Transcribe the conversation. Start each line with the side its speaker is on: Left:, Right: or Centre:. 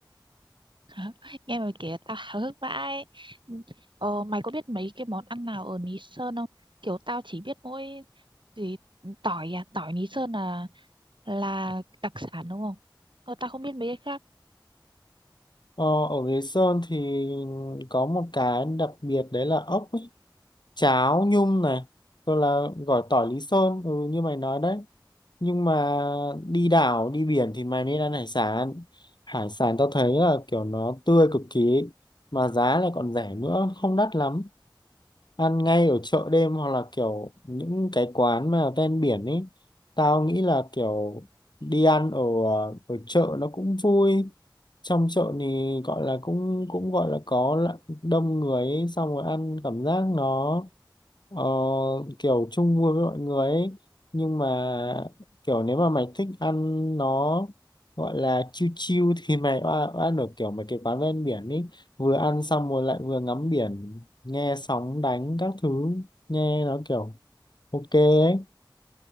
Right: <laughs> Nghe mày kể tao háo hức vãi. Ờ, mày có biết mấy cái món ăn nào ở Lý Sơn không? Kiểu tao chỉ biết mỗi gì tỏi à, tỏi Lý Sơn là là đặc sản đúng không? Ờ, tao không biết mấy cái khác.
Left: ờ, ở Lý Sơn thì có một cái đặc biệt đấy là ốc ấy cháo nhum này tôi là gỏi tỏi Lý Sơn ừ như mày nói đấy nhưng mà đi đảo đi biển thì mày nên ăn hải sản hải sản tao thấy là kiểu nó tươi cực kỳ ấy. mà giá lại còn rẻ nữa không đắt lắm ăn ngay ở chợ đêm hoặc là kiểu những cái quán mà ven biển ấy tao nghĩ là kiểu đi ăn ở ở chợ nó cũng vui trong chợ thì gọi là cũng cũng gọi là có lạ- đông người ấy, xong rồi ăn cảm giác nó Ờ, kiểu chung vui với mọi người ấy nhưng mà kiểu nếu mà mày thích ăn nó gọi là chill chill <laughs> thì mày oa- ăn ở kiểu mấy cái quán ven biển ấy vừa ăn xong rồi lại vừa ngắm biển nghe sóng đánh các thứ nghe nó kiểu ok ấy